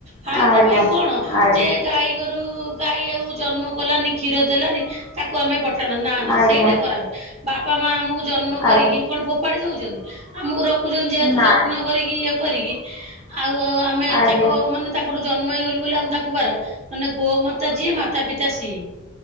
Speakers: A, on the right; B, on the left.
A: ଫାଇଦା
B: ଆଜ୍ଞା
A: ପାଇଁ କଣ
B: ଆଜ୍ଞା
A: ଯେ ଗାଈଗୋରୁ ଗାଈ ଆଉ ଜନ୍ମ କଲାନି କ୍ଷୀର ଦେଲାନି ତାକୁ ଆମେ ପଠାନ ନା ନା
B: ଆଜ୍ଞା
A: ସେଇଟା ଖରାପ, ବାପା ମା ଆମକୁ ଜନ୍ମ କରିକି
B: ଆଜ୍ଞା
A: କଣ ଫୋପାଡ଼ି ଦଉଚନ୍ତି ଆମକୁ ରଖୁଛନ୍ତି ଯେହେତୁ
B: ନାଇଁ
A: ଯତ୍ନ କରିକି ଇଏ କରିକି ଆଉ ଆମେ
B: ଆଜ୍ଞା
A: ଚାକ ମାନେ ତାଙ୍କଠୁ ଜନ୍ମ ହେଇଗଲୁ ବୋଲି ଆମେ ତାଙ୍କୁ ବାହ ମାନେ ଗୋ ମାତା ଯିଏ ମାତା ପିତା ସିଏ।